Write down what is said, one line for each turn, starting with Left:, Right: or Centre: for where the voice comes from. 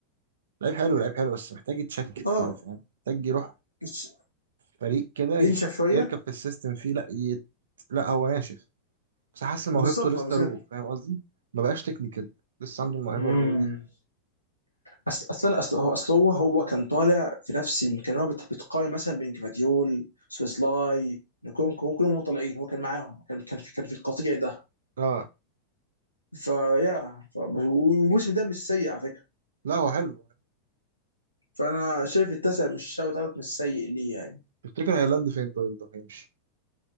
Right: لعيب حلو لعيب حلو بس محتاج يتشكل
Left: اه
Right: كده فاهم محتاج يروح
Left: يتش-
Right: فريق كده
Left: ينشف
Right: ي-
Left: شويه
Right: يركب في السيستم فيه لا يت... لا هو ناشف بس حاسس إن
Left: بالظبط
Right: موهبته لسه
Left: ما بس
Right: رو
Left: كده
Right: فاهم قصدي ما بقاش تكنيكال لسه عنده الموهبه
Left: امم
Right: الرو دي
Left: اصل اصل اصل هو اصل هو هو كان طالع في نفس ال- كان هو بت- بتقارن مثلا بين كفاديول سويسلاي نكونكو كلهم طالعين هو كان معاهم كان كان في كان في القطيع ده
Right: اه
Left: فيا ف- والموسم ده مش سيء على فكره
Right: لا هو حلو
Left: فانا شايف التاسع مش شاوت اوت مش سيء ليه يعني
Right: تفتكر هيلاند فين طيب ده هيمشي